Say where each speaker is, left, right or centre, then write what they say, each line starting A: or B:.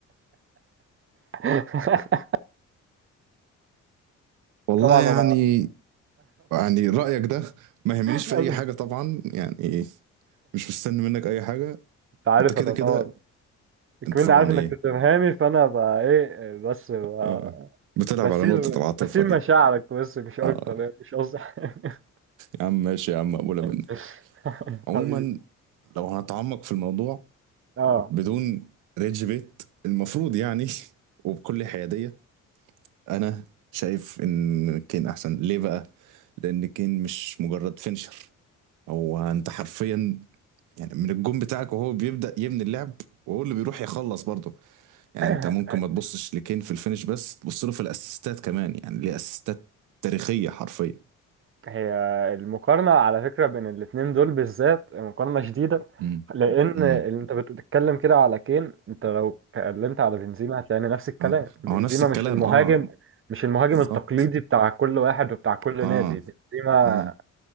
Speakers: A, on the right; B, on the right.
A: <laughs>
B: والله
A: طبعا
B: يعني
A: أنا
B: يعني رأيك ده ما يهمنيش
A: <laughs>
B: في أي حاجة طبعا يعني إيه مش مستني منك أي حاجة
A: أنت عارف
B: أنت كده
A: أنا
B: كده
A: طبعا
B: أنت
A: كمان
B: طبعا
A: عارف انك
B: إيه
A: توتنهامي فانا بقى ايه بس بقى
B: آه. بتلعب
A: بسير
B: على نقطة العاطفة
A: بسير
B: دي
A: مشاعرك بس مش اكتر
B: آه
A: يعني مش قصدي حاجة.
B: يا عم ماشي يا عم مقبولة
A: <laughs>
B: منك عموما
A: حبيبي
B: لو هنتعمق في الموضوع
A: اه
B: بدون ريدج بيت المفروض يعني <laughs> وبكل حيادية أنا شايف إن كين أحسن ليه بقى؟ لأن كين مش مجرد فينشر هو أنت حرفيا يعني من الجون بتاعك وهو بيبدأ يبني اللعب وهو اللي بيروح يخلص برضه يعني
A: <clears throat>
B: انت ممكن ما تبصش لكين في الفينش بس تبص له في الاسيستات كمان يعني ليه اسيستات تاريخية حرفيا
A: هي المقارنة على فكرة بين الاتنين دول بالذات مقارنة شديدة
B: امم
A: لأن
B: امم
A: اللي أنت بتتكلم كده على كين أنت لو اتكلمت على بنزيما هتلاقي نفس الكلام
B: اه
A: بنزيما
B: ما هو نفس الكلام
A: مش المهاجم
B: اه
A: مش المهاجم
B: بالظبط
A: التقليدي بتاع كل واحد وبتاع كل
B: اه
A: نادي بنزيما
B: اه